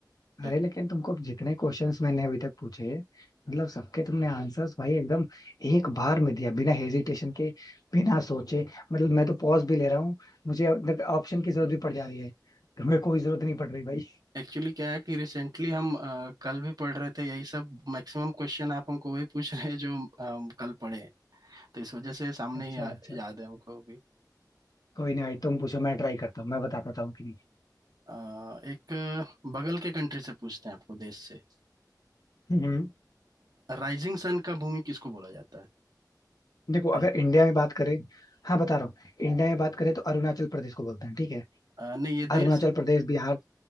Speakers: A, on the right (about 65°); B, on the left (about 60°).
A: ट्रिक
B: अरे लेकिन तुमको जितने क्वेश्चंस मैंने अभी तक पूछे मतलब सबके तुमने आंसर्स भाई एकदम एक बार में दिया बिना हेजिटेशन के बिना सोचे मतलब मैं तो पॉज भी ले रहा हूँ मुझे ऑप्शन की जरूरत भी पड़ जा रही है तुम्हें कोई जरूरत नहीं पड़ रही भाई
A: एक्चुअली क्या है कि रिसेंटली हम अ, कल भी पढ़ रहे थे यही सब मैक्सिमम क्वेश्चन आप हमको वही पूछ रहे हैं जो हम अ, कल पढ़े हैं। तो इस वजह से सामने
B: अच्छा
A: ही या,
B: अच्छा
A: याद है हमको
B: कोई नहीं भाई तुम पूछो मैं ट्राई करता हूँ मैं बता पाता हूँ कि नहीं
A: अ, एक बगल के कंट्री से पूछते हैं आपको देश से
B: हम्म
A: राइजिंग सन का भूमि किसको बोला जाता है
B: देखो
A: Rising-
B: अगर इंडिया में बात करें हाँ बता रहा हूँ इंडिया में बात करें तो अरुणाचल प्रदेश को बोलते हैं ठीक है
A: अ, नहीं ये
B: अरुणाचल
A: देश है
B: प्रदेश बिहार